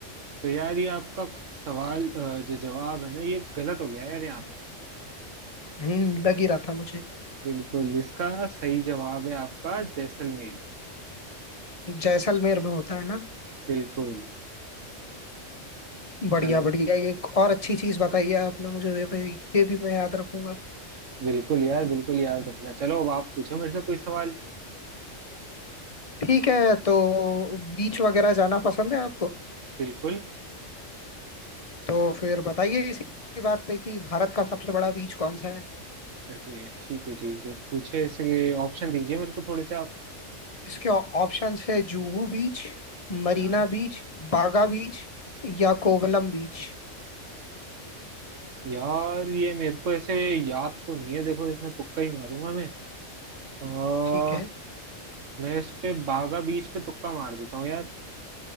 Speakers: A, on the right; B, on the left.
A: तो यार ये आपका सवाल अ, जो जवाब है ना ये गलत हो गया यार यहाँ पे
B: हम्म लग ही रहा था मुझे
A: बिल्कुल इसका सही जवाब है आपका जैसलमेर
B: जैसलमेर में होता है ना
A: बिल्कुल
B: बढ़िया
A: चलो
B: बढ़िया ये एक और अच्छी चीज बताई है आपने मुझे ये भी ये भी मैं याद रखूंगा
A: बिल्कुल यार बिल्कुल याद रखना चलो अब आप पूछो मेरे से कोई सवाल
B: ठीक है तो बीच वगैरह जाना पसंद है आपको
A: बिल्कुल
B: तो फिर बताइए इसी बात पे कि भारत का सबसे बड़ा बीच कौन सा है
A: अरे ठीक है ठीक है पूछे इसके ऑप्शन दीजिए मेरे को थोड़े से
B: इसके ऑप्शंस है Juhu beach Marina
A: आप
B: beach Baga beach या कोवलम बीच
A: यार ये मेरे को ऐसे याद तो नहीं है देखो इसमें तुक्का ही मारूंगा मैं आ,
B: ठीक है
A: मैं इस पे बागा बीच पे तुक्का मार देता हूँ यार